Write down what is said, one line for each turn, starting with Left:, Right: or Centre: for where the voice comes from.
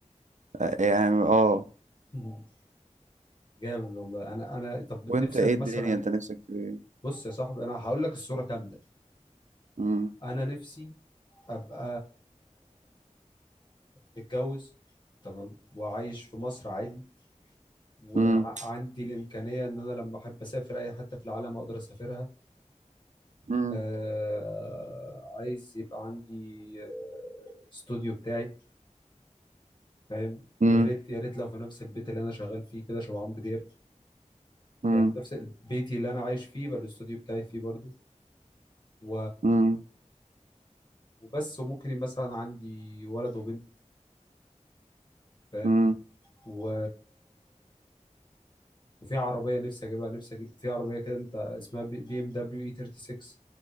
Right: أ- يعني اه
Left: <laughs> مم. جامد والله انا انا طب
Right: وانت
Left: نفسك
Right: ايه الدنيا
Left: مثلا
Right: انت نفسك في ايه
Left: بص يا صاحبي انا هقول لك الصورة كاملة
Right: مم،
Left: انا نفسي ابقى متجوز تمام وعايش في مصر عادي وعندي
Right: مم،
Left: الامكانيه ان انا لما احب اسافر اي حته في العالم اقدر اسافرها
Right: مم،
Left: آه عايز يبقى عندي آه، استوديو بتاعي فاهم
Right: مم،
Left: يا ريت يا ريت لو في نفس البيت اللي انا شغال فيه كده شبه عمرو دياب
Right: مم،
Left: يعني نفس بيتي اللي انا عايش فيه يبقى الاستوديو بتاعي فيه برضو و
Right: مم،
Left: وبس وممكن مثلا عندي ولد وبنت فاهم
Right: مم،
Left: و... وفي عربية نفسي أجيبها نفسي أجيب في عربية كده أنت اسمها بي إم دبليو إي 36